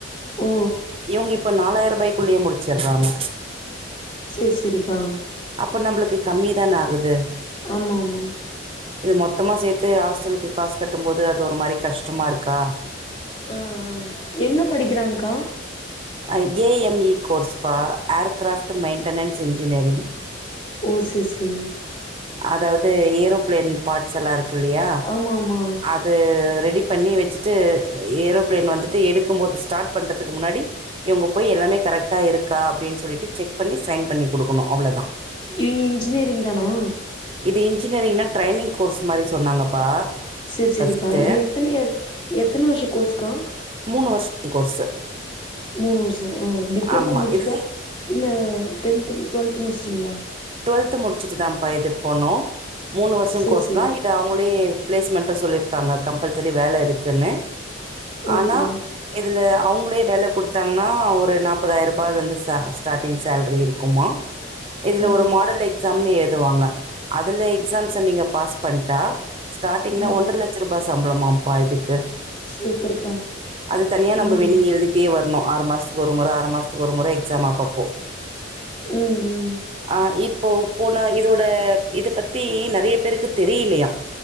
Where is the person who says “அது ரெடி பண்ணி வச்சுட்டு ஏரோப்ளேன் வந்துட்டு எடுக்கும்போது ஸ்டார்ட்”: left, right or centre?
Right